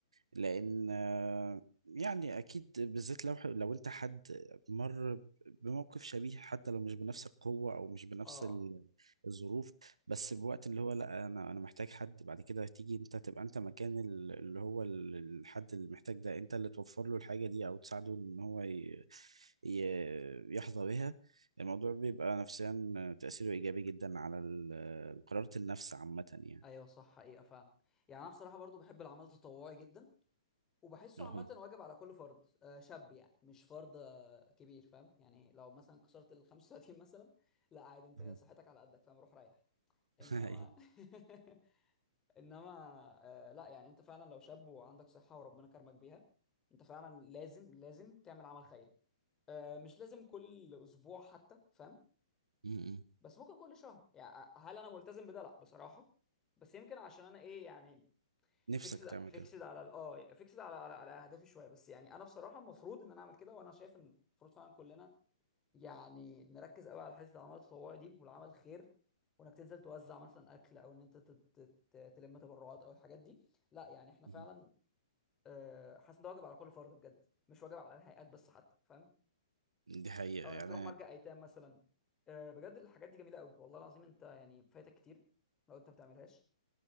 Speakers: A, on the right (about 70°); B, on the left (about 15°).
A: لأن آه، يعني أكيد بالذات لو لو أنت حد مر بموقف شبيه حتى لو مش بنفس القوة أو مش بنفس
B: اه
A: ال-
B: اه
A: الظروف بس بوقت اللي هو لا أنا أنا محتاج حد بعد كده تيجي أنت تبقى أنت مكان ال- اللي هو ال- الحد اللي محتاج ده أنت اللي توفر له الحاجة دي أو تساعده إن هو ي- ي- يحظى بها الموضوع بيبقى نفسيا تأثيره إيجابي جدا على ال- قرارة النفس عامة يعني
B: ايوه صح حقيقة فعلا يعني انا بصراحة برضو بحب العمل التطوعي جدا وبحسه
A: أها
B: عامة واجب على كل فرد آه شاب يعني مش فرد آه كبير فاهم يعني لو مثلا كسرت ال 35 مثلا لا عادي انت
A: <laughs>
B: صحتك على قدك فاهم روح ريح انما
A: <laughs> أها.
B: <laughs> انما آه لا يعني انت فعلا لو شاب وعندك صحه وربنا كرمك بيها انت فعلا لازم لازم تعمل عمل خيري آه مش لازم كل اسبوع حتى فاهم
A: م-م.
B: بس ممكن كل شهر يعني آه، هل انا ملتزم بده لا بصراحه بس يمكن عشان انا ايه يعني
A: نفسك
B: فيكسد
A: تعمل
B: فيكسد
A: كده
B: على ال- اه فيكسد على على على اهدافي شويه بس يعني انا بصراحه المفروض ان انا اعمل كده وانا شايف ان المفروض فعلا كلنا يعني نركز قوي على حته العمل التطوعي دي والعمل الخير وانك تنزل توزع مثلا اكل او ان انت تت- تت- تلم تبرعات او الحاجات دي لا يعني احنا
A: م-م.
B: فعلا آه، حاسس ان ده واجب على كل فرد بجد مش واجب على الهيئات بس حتى فاهم
A: دي حقيقة
B: او انك
A: يعني
B: تروح ملجأ ايتام مثلا آه، بجد الحاجات دي جميله قوي والله العظيم انت يعني فايتك كتير لو انت بتعملهاش